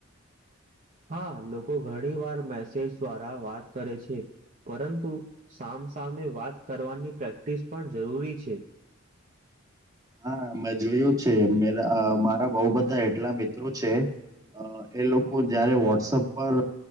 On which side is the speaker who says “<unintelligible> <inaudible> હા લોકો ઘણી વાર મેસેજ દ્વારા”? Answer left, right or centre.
Right